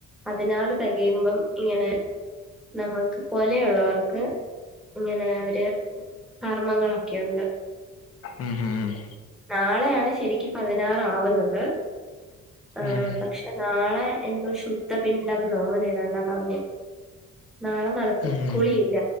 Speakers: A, in the centre; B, on the left (about 50°).
A: പതിനാറ് തകയുമ്പം ഇങ്ങനെ നമുക്ക് പോലെയുള്ളവർക്ക് ഇങ്ങനെ അവര് കർമ്മങ്ങളൊക്കെയുണ്ട്
B: ഉം ഉം
A: നാളെയാണ് ശരിക്കും പതിനാറ ആവുന്നത് ആ
B: ഉം
A: പക്ഷെ നാളെ എന്തോ ശുദ്ധ പിിണ്ടന്നോ അങ്ങനെ ഏതാണ്ടാ പറഞ്ഞെ നാളെ നടത്തും
B: ഉം
A: കുളിയില്ല